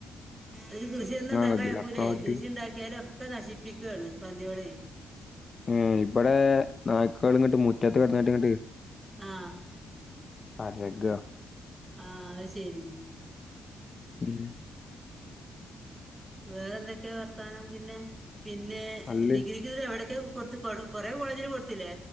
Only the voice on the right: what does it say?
ഒരു കൃഷിയ ഒന്നും ഉണ്ടാക്കാൻ
അയക്കൂലേ
കൃഷി ഉണ്ടാക്കിയാലോ ഒക്കെ നശിപ്പിക്കാണ് പന്നിയോളെ
ആ
ആ അത് ശരി
വേറെ എന്തൊക്കെ വർത്താനം പിന്നെ പിന്നെ
ഡിഗ്രിക്ക് എവിടെക്കെ കൊടു കൊ കൊറെ കോളേജിൽ കൊടുത്തില്ലേ